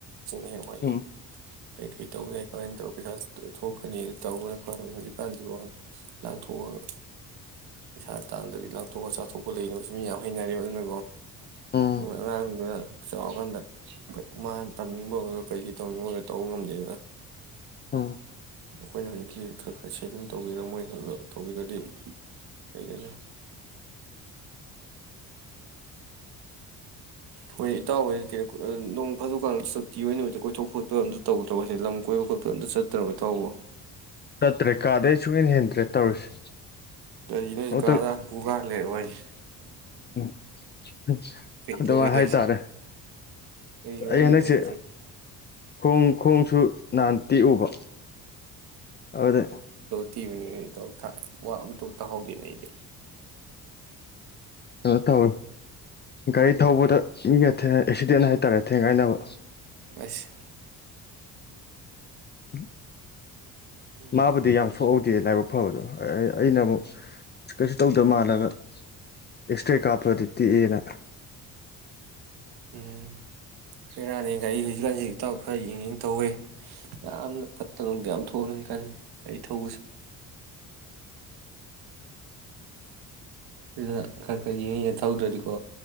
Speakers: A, on the right; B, on the left.
A: <unintelligible> ꯋꯥꯔꯤ
B: ꯎꯝ
A: ꯀꯩꯀꯩ ꯇꯧꯒꯦ ꯀꯃꯥꯏꯅ ꯇꯧꯔꯒ ꯄꯩꯁꯥ ꯊꯣꯛꯀꯅꯤ ꯇꯧꯕꯗ ꯍꯧꯖꯤꯛꯀꯥꯟꯁꯤꯕꯣ ꯂꯥꯡꯊꯣꯛꯑꯒ ꯄꯩꯁꯥ ꯇꯥꯟꯗꯕꯤ ꯂꯥꯡꯊꯣꯛꯑ ꯆꯥꯊꯣꯛꯄ ꯂꯩꯅꯕꯁꯨ ꯃꯤ ꯌꯥꯝ ꯍꯩꯅꯔꯦ ꯑꯗꯨꯅꯀꯣ
B: ꯎꯝ
A: ꯑꯉꯥꯡꯗꯨ ꯆꯥꯎꯔꯀꯥꯟꯗ ꯃꯥꯅ ꯇꯝꯅꯤꯡꯕ ꯑꯣꯏꯔꯣ ꯀꯩꯒꯤ ꯇꯧꯅꯤꯡꯕ ꯑꯣꯏꯔꯣ ꯇꯧꯕ ꯉꯝꯗꯦꯗꯅ
B: ꯎꯝ
A: ꯑꯩꯈꯣꯏꯅ ꯍꯧꯖꯤꯛꯀꯤ ꯈꯔ ꯈꯔ ꯁꯦꯚꯤꯡ ꯇꯧꯕꯤꯔ ꯃꯣꯏ ꯈꯔ ꯈꯔ ꯇꯧꯕꯤꯔꯗꯤ ꯂꯩꯗꯅ ꯍꯣꯏ ꯏꯇꯥꯎ ꯍꯣꯏꯗꯤ ꯅꯣꯡ ꯐꯥꯗꯣꯛꯀꯥꯟ ꯁꯛꯇꯤ ꯑꯣꯏ ꯅꯨꯃꯤꯠꯇ ꯀꯣꯏꯊꯣꯛ ꯈꯣꯠꯄ ꯑꯝꯇ ꯇꯧꯗ꯭ꯔꯕꯣꯁꯦ ꯂꯝ ꯀꯣꯏꯕ ꯈꯣꯠꯄ ꯑꯝꯇ ꯆꯠꯇ꯭ꯔꯕ ꯏꯇꯥꯎꯕꯨ
B: ꯆꯠꯇ꯭ꯔꯦ ꯀꯥꯗꯩ ꯁꯨꯡꯍꯦꯟ ꯍꯦꯟꯗ꯭ꯔꯦ ꯇꯧꯔꯤꯁꯦ
A: ꯀꯔꯤꯅꯣ ꯍꯥꯏꯁꯦ
B: ꯑꯃꯨꯛꯇꯪ
A: ꯀꯥꯗ ꯍꯥꯄꯨ ꯀꯥ ꯂꯩꯔꯕꯣ ꯍꯥꯏꯁꯦ꯫
B: <unintelligible>
A: ꯀꯩ
B: ꯑꯗꯨꯃꯥꯏ
A: ꯇꯧꯕꯩꯅꯣ
B: ꯍꯥꯏꯇꯥꯔꯦ
A: ꯍꯥꯏꯁꯦ ꯀꯩ ꯃꯔꯝꯒꯤꯅꯣ
B: ꯑꯩ ꯍꯟꯗꯛꯁꯦ
A: ꯍꯥꯏꯁꯦ
B: ꯈꯣꯡ ꯈꯣꯡꯁꯨ ꯍꯥꯟ ꯇꯦꯛꯎꯕ ꯑꯗꯨꯗ
A: ꯇꯤꯕꯅꯤ ꯋꯥ ꯑꯝꯇ ꯇꯥꯍꯧꯗꯦꯅꯦ ꯑꯩꯗꯤ
B: ꯀꯩꯅꯣ ꯇꯧꯋꯦ ꯒꯥꯔꯤ ꯊꯧꯕꯗ ꯃꯤꯒ ꯑꯦꯛꯁꯤꯗꯦꯟ ꯍꯥꯏꯇꯥꯔꯦ ꯊꯦꯡꯒꯥꯏꯅꯕ
A: ꯑꯁ
B: ꯎ
A: ꯎꯝ
B: ꯃꯥꯕꯨꯗꯤ ꯌꯥꯝ ꯁꯣꯛꯍꯧꯗꯦ ꯗ ꯂꯥꯏꯕꯛ ꯐꯕꯗꯣ ꯑꯩꯅ ꯑꯃꯨꯛ ꯀꯩꯁꯨ ꯇꯧꯗ ꯃꯥꯜꯂꯒ ꯑꯦꯛꯁꯇ꯭ꯔꯥ ꯀꯥꯞꯄꯗꯤ ꯇꯦꯛꯑꯦꯅ
A: ꯎꯝ ꯐꯔꯥꯅꯤ ꯒꯥꯔꯤ ꯍꯧꯖꯤꯛꯀꯥꯟ ꯍꯧꯖꯤꯛꯇ ꯈꯔ ꯌꯦꯡꯉ ꯇꯧꯋꯦ ꯌꯥꯝꯅ ꯐꯠꯇ ꯊꯣꯛꯅꯕꯣꯏ ꯀ ꯑꯩ ꯊꯧꯕꯁꯨ ꯑꯗꯨꯗ ꯀ ꯀ ꯌꯦꯉ ꯊꯧꯗ꯭ꯔꯔꯤꯀꯣ